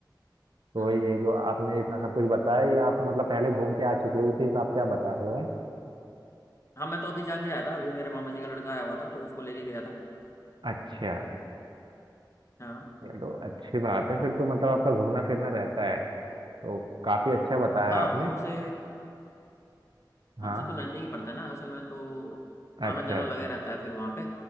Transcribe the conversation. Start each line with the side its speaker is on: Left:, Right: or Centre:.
Right: तो
Left: हम्म
Right: ये जो आपने इतना सब कुछ बताया ये आप मतलब पहले घूम के आ चुके हो इसी हिसाब से आप बता रहे हो हैं
Left: हाँ मैं तो अभी जाके आया था अभी मेरे मामा जी का लड़का आया हुआ था तो उसको लेके गया था
Right: अच्छा
Left: हाँ
Right: चलो अच्छी बात है फिर तो मतलब आपका घूमना फिरना रहता है तो काफी अच्छा बताया
Left: हाँ
Right: आपने
Left: हमसे
Right: हाँ
Left: हमसे तो नज़दीक ही पड़ता है ना असल में तो आना
Right: अच्छा
Left: जाना लगा रहता है फिर वहाँ पे